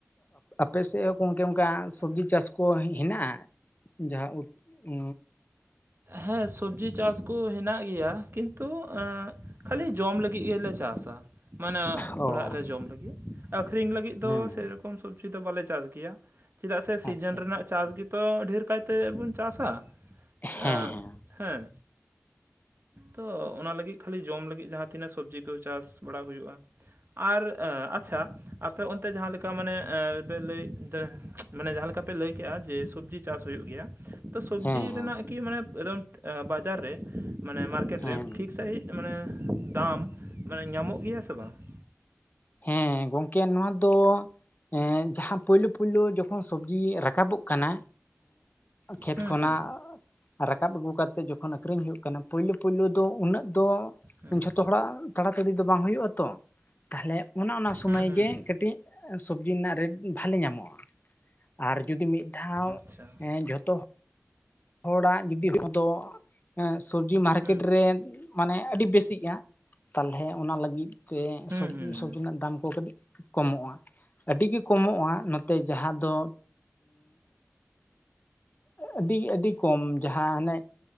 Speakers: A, on the left; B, on the right.
A: ᱟᱯᱮᱥᱮᱫ ᱦᱚᱸ ᱜᱚᱝᱠᱮ ᱚᱱᱠᱟ ᱥᱚᱵᱽᱡᱤ ᱪᱟᱥ ᱠᱚ ᱦᱮᱱᱟᱜ-ᱟ? ᱡᱟᱦᱟᱸ ᱩᱛ ᱩ
B: ᱦᱮᱸ ᱥᱚᱵᱽᱡᱤ ᱪᱟᱥ ᱠᱚ ᱦᱮᱱᱟᱜ ᱜᱮᱭᱟ ᱠᱤᱱᱛᱩ ᱠᱷᱟᱹᱞᱤ ᱡᱚᱢ ᱞᱟᱹᱜᱤᱫ ᱜᱮᱞᱮ ᱪᱟᱥᱟ᱾ ᱢᱟᱱᱮ
A: ᱚ
B: ᱚᱲᱟᱜ ᱨᱮ ᱡᱚᱢ ᱞᱟᱹᱜᱤᱫ ᱟᱠᱷᱨᱤᱧ ᱞᱟᱹᱜᱤᱫ
A: ᱦᱮᱸ
B: ᱫᱚ ᱥᱮᱨᱚᱠᱚᱢ ᱥᱚᱵ ᱡᱤ ᱫᱚ ᱵᱟᱞᱮ ᱪᱟᱥ ᱜᱮᱭᱟ ᱪᱮᱫᱟᱜ ᱥᱮ ᱥᱤᱡᱤᱱ
A: ᱟᱪᱪᱷᱟ
B: ᱨᱮᱱᱟᱜ ᱪᱟᱥ ᱜᱮᱛᱚ ᱰᱷᱮᱨ ᱠᱟᱭᱛᱮ ᱵᱚᱱ ᱪᱟᱥᱟ᱾ ᱮᱻ
A: ᱦᱮᱸ ᱦᱮᱸ
B: ᱦᱮᱸ᱾ ᱛᱚ ᱚᱱᱟ ᱞᱟᱹᱜᱤᱫ ᱠᱷᱟᱹᱞᱤ ᱡᱚᱢ ᱞᱟᱹᱜᱤᱫ ᱡᱟᱦᱟᱸᱛᱤᱱᱟᱹᱜ ᱥᱚᱵᱽᱡᱤ ᱠᱚ ᱪᱟᱥ ᱵᱟᱲᱟ ᱦᱩᱭᱩᱜ-ᱟ᱾ ᱟᱨ ᱟᱪᱪᱷᱟ ᱟᱯᱮ ᱚᱱ ᱛᱮ ᱡᱟᱦᱟᱸ ᱞᱮᱠᱟ ᱢᱟᱱᱮ ᱞᱟᱹᱭ ᱢᱟᱱᱮ ᱡᱟᱦᱟᱸ ᱞᱮᱠᱟ ᱯᱮ ᱞᱟᱹᱭ ᱠᱮᱜ-ᱟ ᱡᱮ ᱥᱚᱵᱽᱡᱤ ᱪᱟᱥ ᱦᱩᱭᱩᱜ ᱜᱮᱭᱟ, ᱛᱚ ᱥᱚᱵᱽᱡᱤ
A: ᱦᱮᱸ
B: ᱨᱮᱱᱟᱜ
A: ᱦᱮᱸ
B: ᱠᱤ ᱢᱟᱱᱮ ᱮᱠᱫᱚᱢ ᱵᱟᱡᱟᱨ ᱨᱮ ᱢᱟᱱᱮ ᱢᱟᱨᱠᱮᱴ
A: ᱦᱮᱸ
B: ᱨᱮ ᱴᱷᱤᱠ ᱥᱟᱺᱦᱤᱡ ᱢᱟᱱᱮ ᱫᱟᱢ ᱢᱟᱱᱮ ᱧᱟᱢᱚᱜ ᱜᱮᱭᱟ ᱥᱮ ᱵᱟᱝ?
A: ᱦᱮᱸ ᱜᱚᱝᱠᱮ ᱱᱚᱣᱟ ᱫᱚ ᱮ ᱡᱟᱦᱟᱸ ᱯᱳᱭᱞᱩ ᱯᱳᱭᱞᱩ ᱡᱚᱠᱷᱚᱱ ᱥᱚᱵᱡᱤ ᱨᱟᱠᱟᱵᱚᱜ ᱠᱟᱱᱟ ᱠᱷᱮᱛ
B: ᱦᱩᱸ
A: ᱠᱷᱚᱱᱟᱜ
B: ᱦᱩᱸ
A: ᱨᱟᱠᱟᱵ ᱟᱹᱜᱩ ᱠᱟᱛᱮᱫ ᱡᱚᱠᱷᱚᱱ ᱟᱠᱷᱨᱤᱧ ᱦᱩᱭᱩᱜ ᱠᱟᱱᱟ ᱯᱳᱭᱞᱩ ᱯᱳᱭᱞᱩ ᱫᱚ ᱩᱱᱟᱹᱜ ᱫᱚ
B: ᱦᱩᱸ
A: ᱡᱷᱚᱛᱚ ᱦᱚᱲᱟᱜ ᱛᱟᱲᱟᱛᱟᱲᱤ ᱫᱚ ᱵᱟᱝ ᱦᱩᱭᱩᱜ ᱟᱛᱚ ᱾ ᱛᱟᱦᱞᱮ ᱚᱱᱮ ᱚᱱᱟ ᱥᱚᱢᱚᱭ
B: ᱦᱩᱸ ᱦᱩᱸ
A: ᱜᱮ ᱠᱟᱹᱴᱤᱡ ᱥᱚᱵᱡᱤ ᱨᱮᱱᱟᱜ ᱨᱮᱴ ᱵᱷᱟᱞᱮ ᱧᱟᱢᱚᱜ-ᱟ ᱟᱨ ᱡᱩᱫᱤ ᱢᱤᱫ ᱫᱷᱟᱣ
B: ᱟᱪᱪᱷᱟ
A: ᱡᱚᱛᱚ ᱦᱚᱲᱟᱜ ᱡᱩᱫᱤ ᱦᱚᱲ ᱫᱚ ᱥᱚᱵᱽᱡᱤ ᱢᱟᱨᱠᱮᱴ
B: ᱦᱩᱸ
A: ᱨᱮ ᱢᱟᱱᱮ ᱟᱹᱰᱤ ᱵᱮᱥᱤᱜᱮ-ᱟ ᱛᱟᱞᱦᱮ ᱚᱱᱟ ᱞᱟᱹᱜᱤᱫ ᱛᱮ
B: ᱦᱩᱸ
A: ᱥᱚᱵᱽᱡᱤ
B: ᱦᱩᱸ
A: ᱥᱚᱵᱽᱡᱤ
B: ᱦᱩᱸ
A: ᱨᱮᱱᱟᱜ ᱫᱟᱢ ᱠᱚ ᱠᱟᱹᱴᱤᱡ ᱠᱚᱢᱚᱜ-ᱟ ᱟᱹᱰᱤ ᱜᱮ ᱠᱚᱢᱚᱜ-ᱟ ᱱᱚᱛᱮ ᱡᱟᱦᱟᱸ ᱫᱚ ᱟᱹᱰᱤ ᱟᱹᱰᱤ ᱠᱚᱢ ᱡᱟᱦᱟᱸ ᱦᱟᱱᱮ